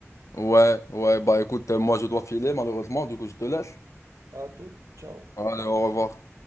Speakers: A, on the left; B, on the right.
A: Ouais, ouais, bah écoute, euh, moi je dois filer malheureusement, du coup je te laisse.
B: À tout, ciao.
A: Allez, au revoir.